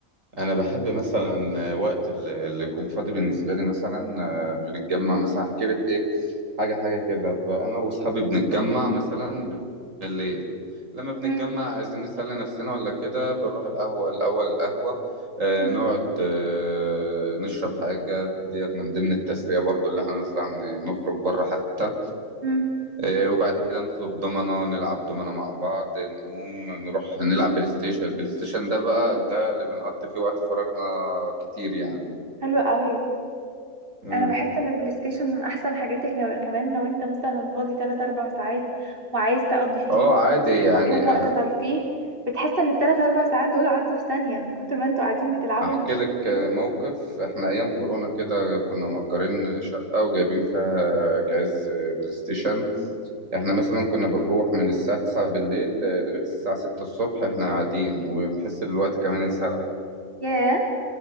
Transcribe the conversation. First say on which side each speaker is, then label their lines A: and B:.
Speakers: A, on the right (about 70°); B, on the right (about 40°).
A: انا بحب مثلا وقت ال- اللي يكون فاضي بالنسبه لي مثلا آه، بنتجمع مثلا احكي لك ايه حاجه حاجه كده ب- انا واصحابي بنتجمع مثلا بالليل لما بنتجمع
B: مم،
A: عايزين نسلي نفسنا ولا كده بنروح القهوة الأول القهوة آه
B: مم،
A: نقعد آه نشرب حاجة ديت من ضمن التسلية برضو اللي احنا نطلع ن- نخرج بره حتى
B: مم.
A: آه وبعد كده نطلب دومنة نلعب دومنة مع بعض نقوم نروح نلعب بلاي ستيشن البلاي ستيشن ده بقى ده اللي بنقضي فيه وقت فراغنا كتير يعني
B: حلو قوي
A: مم.
B: انا بحس ان البلاي ستيشن من احسن الحاجات اللي لو- كمان لو انت مثلا فاضي 3 4 ساعات وعايز تقضي فيهم
A: اه عادي يعني
B: تخليهم وقت
A: آه،
B: ترفيه بتحس ان الثلاث اربع ساعات دول عدوا في ثانية من كتر ما انتوا قاعدين بتلعبوا
A: احكي
B: ومبسوطين
A: لك موقف احنا ايام كورونا كده كنا مأجرين شقة وجايبين فيها جهاز بلاي ستيشن احنا مثلا كنا بنروح من الساعة 9 بالليل لغاية الساعة 6 الصبح احنا قاعدين ونحس ان الوقت كمان انسرق
B: ياه